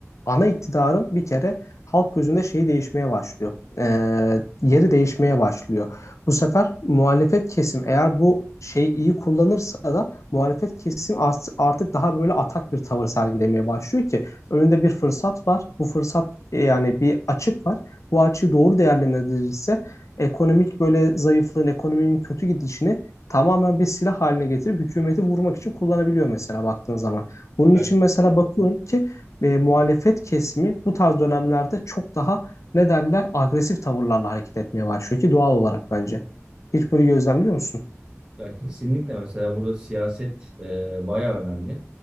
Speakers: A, on the left; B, on the right.
A: ana iktidarın bir kere halk gözünde şeyi değişmeye başlıyor. Ee, yeri değişmeye başlıyor. Bu sefer muhalefet kesim eğer bu şeyi iyi kullanırsa da muhalefet kesim artık daha böyle atak bir tavır sergilemeye başlıyor ki önünde bir fırsat var. Bu fırsat e, yani bir açık var. Bu açığı doğru değerlendirilirse ekonomik böyle zayıflığın, ekonominin kötü gidişini tamamen bir silah haline getirip hükümeti vurmak için kullanabiliyor mesela baktığın zaman. Bunun
B: Ya,
A: için mesela bakıyorum ki e, muhalefet kesimi bu tarz dönemlerde çok daha ne derler agresif tavırlarla hareket etmeye başlıyor ki doğal olarak bence. Hiç böyle gözlemliyor musun?
B: Ya kesinlikle mesela burada siyaset e, bayağı önemli.